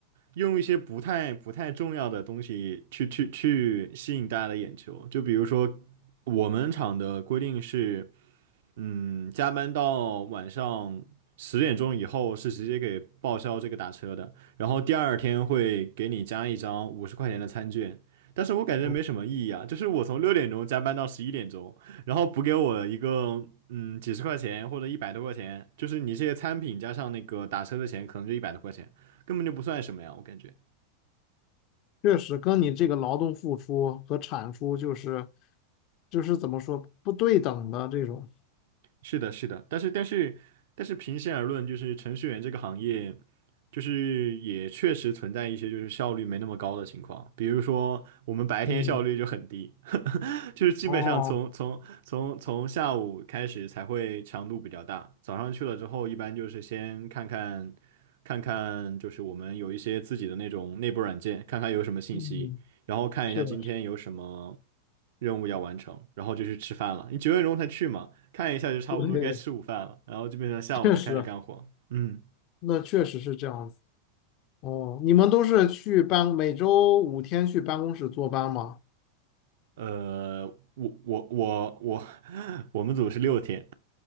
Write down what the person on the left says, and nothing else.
销。
确实跟你这个劳动付出和产出就是就是怎么说不对等的这种。
嗯，
哦，
嗯，
是的，
对，
确实，
那确实是这样子。哦，你们都是去办，每周五天去办公室坐班吗？